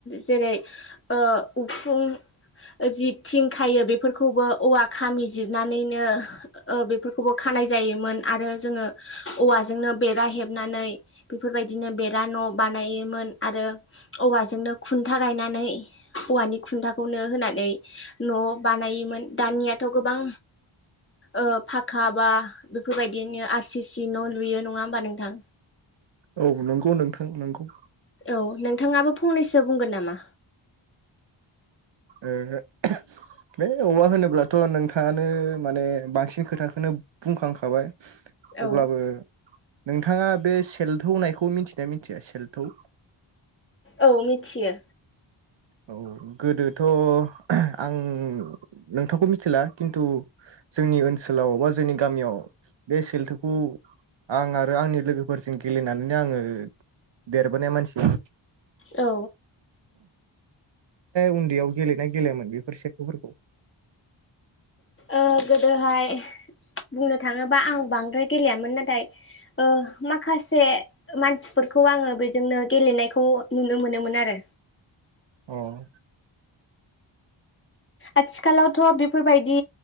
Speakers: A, on the left (about 25°); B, on the right (about 60°).
A: जेरै ओ उखुं जि थिं खायो बेफोरखौबो औवा खामि जिरनानैनो बेफोरखौबो खानाय जायोमोन आरो जोङो औवाजोंनो बेरा हेबनानै बेफोरबायदिनो बेरा न' बानायोमोन आरो औवाजोंनो खुन्था गायनानै औवानि खुन्थाखौनो होनानै न' बानायोमोन दानियाथ' गोबां ओ फाखा बा बेफोरबायदिनो आर सि सि न' लुयो नङा होमबा नोंथां।
B: औ नंगौ नोंथां नंगौ
A: औ नोंथाङाबो फंनैसो बुंगोन नामा?
B: ओहो बे औवा होनोब्लाथ' नोंथाङानो माने बांसिन खोथाखौनो बुंखांखाबाय।
A: औ
B: अब्लाबो नोंथाङा बे सेल्थौ होननायखौ मिथिना मिथिया सेल्थौ
A: औ मिथियो
B: औ गोदोथ' आं नोंथांखौ मिथिला खिन्थु जोंनि ओनसोलाव बा जोंनि गामियाव बे सेल्थोखौ आं आरो आंनि लोगोफोरजों गेलेनानैनो आङो देरबोनाय मानसि।
A: औ
B: उन्दैयाव गेलेना गेलेयामोन बेफोर सेल्थौफोरखौ?
A: ओ गोदोहाय बुंनो थाङोबा आं बांद्राय गेलेयामोन नाथाय ओ माखासे - मानसिफोरखौ आङो बेजोंनो गेलेनायखौ नुनो मोनोमोन आरो।
B: औ
A: आथिखालावथ' बेफोरबायदि